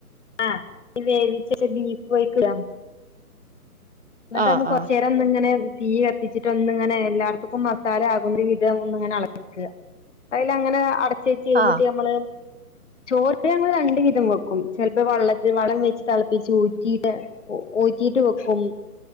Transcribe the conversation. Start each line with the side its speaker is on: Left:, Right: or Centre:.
Left: ആഹ് വേവിച്ച ബീഫ് അയ്ക്ക് ഇടാ ഇന്നിട്ട്
Right: ആഹ്
Left: ഒന്ന് കൊറച്ച്
Right: ആഹ്
Left: നേരം ഒന്നിങ്ങനെ തീ കത്തിച്ചിട്ട് ഒന്നിങ്ങനെ എല്ലാർത്തക്കും മസാല ആകുന്ന വിധം ഒന്ന് ഇങ്ങനെ ഇളക്കുക അയില് അങ്ങനെ അടച്ച് വെച്ച് കഴിഞ്ഞിട്ട്
Right: ആഹ്
Left: ഞമ്മള് ചോറ് ഞങ്ങൾ രണ്ട് വിധം വെക്കും ചിലപ്പോ വെള്ളത്തിൽ വളളം വെച്ച് തിളപ്പിച്ച് ഊറ്റിട്ട് ഊ ഉറ്റിട്ട് വെക്കും